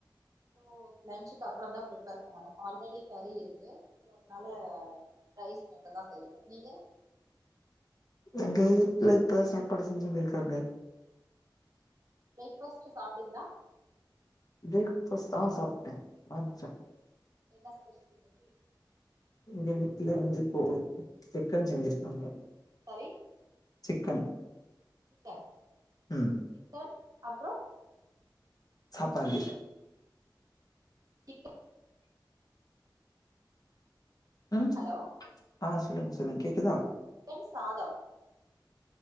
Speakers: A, on the right (about 45°); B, on the left (about 50°).
A: க்கு லன்ச்சுக்கு அப்புறந்தா ப்ரிப்பேர் பண்ணணு ஆல்ரெடி கறி இருக்கு ஸோ அதனால ரைஸ் மட்டுந்தா செய்யணு நீங்க
B: இங்கயி இல்ல இப்பதா சாப்பாடு செஞ்சுனு இருக்காங்க
A: பிரேக்ஃபாஸ்ட் சாப்ட்டீங்களா?
B: பிரேக்ஃபாஸ்ட் ஆ சாப்ட்டே மார்னிங் சாப்
A: என்ன ஸ்பெஷல் இன்னைக்கு
B: இங்க இர்ந்து இல்ல வந்து இப்போ சிக்கன் செஞ்சிருக்காங்க
A: சாரி
B: சிக்கன்
A: சிக்கன்
B: ம்
A: சிக்கன் அப்றோ
B: சாப்பாடு
A: சிக்க
B: ம்
A: ஹலோ
B: ஆ சொல்லுங்க சொல்லுங்க கேக்குதா
A: சிக்கன் சாதம்